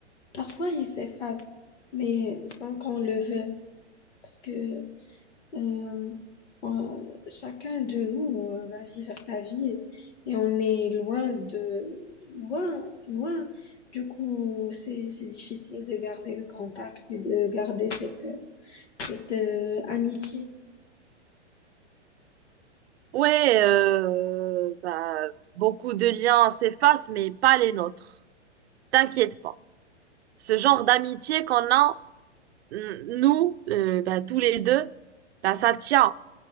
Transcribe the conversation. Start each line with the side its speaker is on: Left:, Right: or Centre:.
Left: parfois ils s'effacent, mais sans qu'on le veuille, parce que euh, on- chacun de nous euh, va vivre sa vie et on est loin de loin, loin. Du coup, c'est c'est difficile de garder le contact et de garder cette cette euh, amitié.
Right: Ouais, euh, bah, beaucoup de liens s'effacent, mais pas les nôtres. T'inquiète pas. Ce genre d'amitié qu'on a, n- nous, euh, bah, tous les deux, bah, ça tient.